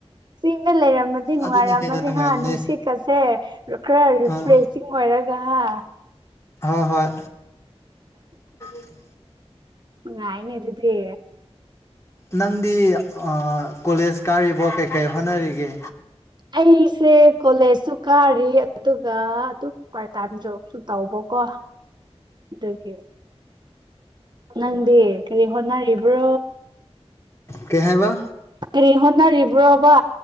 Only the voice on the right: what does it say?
ꯆꯤꯡꯗ ꯂꯩꯔꯝꯃ ꯗꯤ ꯅꯨꯡꯉꯥꯏꯔꯝꯃꯅꯤ
ꯍꯥ ꯅꯨꯡꯁꯤꯠꯀꯁꯦ ꯈꯔ ꯈꯔ ꯔꯤꯐ꯭ꯔꯦꯁꯤꯡ
ꯑꯣꯏꯔꯒ ꯍꯥ
ꯅꯨꯉꯥꯏꯅꯦ ꯑꯗꯨꯗꯤ
ꯑꯩꯁꯦ ꯀꯣꯂꯦꯖꯁꯨ ꯀꯥꯔꯤ ꯑꯗꯨꯒ ꯗꯨꯝ ꯄꯥꯠꯇꯥꯏꯝ ꯖꯣꯕꯁꯨ ꯇꯧꯕꯀꯣ ꯗꯨꯒꯤ ꯅꯪꯗꯤ ꯀꯔꯤ ꯍꯣꯠꯅꯔꯤꯕ꯭ꯔꯣ
ꯀꯔꯤ ꯍꯣꯠꯅꯔꯤꯕ꯭ꯔꯣꯕ